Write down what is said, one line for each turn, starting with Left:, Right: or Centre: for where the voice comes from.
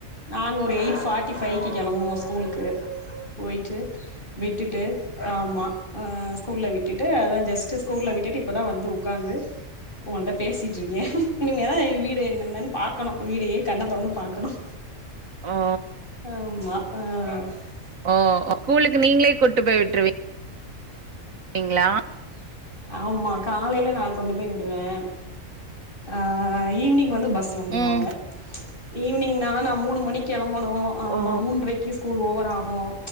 Left: நா ஒரு எயிட் போர்டி பைவ்க்கு கிளம்புவோம் ஸ்கூலுக்கு போயிட்டு விட்டுட்டு ஆமா அ ஸ்கூல்ல விட்டுட்டு அதான் ஜஸ்ட்ட் ஸ்கூல்ல விட்டுட்டு இப்ப தா வந்து உக்காந்து உங்க கிட்ட பேசிட்டு இருக்கேன் இனிமே தா வீடு என்னென்னன்னு பாக்கணும் வீடய்யே கண்ண தெறிந்து பாக்கணும்
Right: ஓ,
Left: ஆமா ஆ ந <unintelligible>
Right: ஓ ஸ்கூலுக்கு நீங்களே கூட்டிட்டு போய் விட்டுருவி ங்களா
Left: ஆமா காலையில நா கொண்டு போய் விடுவேன் ஆ ஈவ்னிங் வந்து ப பஸ்ல வந்துருவாங்க
Right: ம்.
Left: ஈவ்னிங்னா நா மூணு மணி கிளம் பனும் ஆமா
Right: ஓ,
Left: மூன்றரைக்கு ஸ்கூல் ஓவர் ஆ கும்